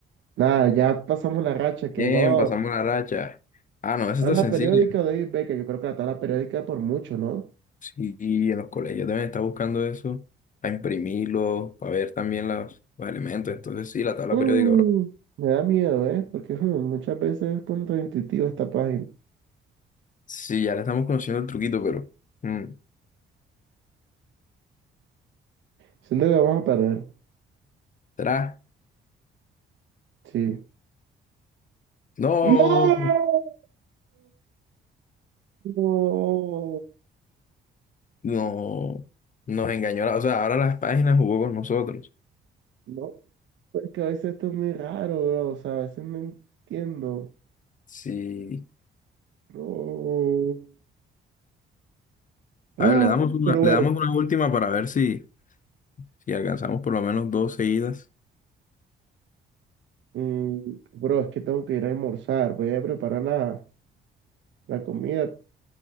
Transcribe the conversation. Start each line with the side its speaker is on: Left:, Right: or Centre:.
Right: nada, ya pasamos la racha, qué
Left: Bien,
Right: god.
Left: pasamos la racha. Ah, no, eso
Right: Tabla
Left: está sencillo.
Right: periódica de David Beckham, yo creo que la tabla periódica por mucho, ¿no?
Left: Sí, en los colegios también está buscando eso para imprimirlo, para ver también los, los elementos. Entonces, sí, la tabla
Right: Mm,
Left: periódica, bro.
Right: me da miedo, ¿eh? Porque mm, muchas veces es contraintuitiva esta página.
Left: Sí, ya le estamos conociendo el truquito, pero mm,
Right: Siento que vamos a perder,
Left: ¿será?
Right: sí.
Left: No,
Right: ¡No! No,
Left: no, nos engañó. la- O sea, ahora las páginas jugó con nosotros.
Right: no, pues es que a veces esto es muy raro, bro, o sea, a veces no entiendo.
Left: Sí.
Right: No. Ah,
Left: A ver, le damos una,
Right: pero bueno,
Left: le damos una última para ver si, si alcanzamos por lo menos dos seguidas.
Right: mm, bro, es que tengo que ir a almorzar, voy a preparar la la comida.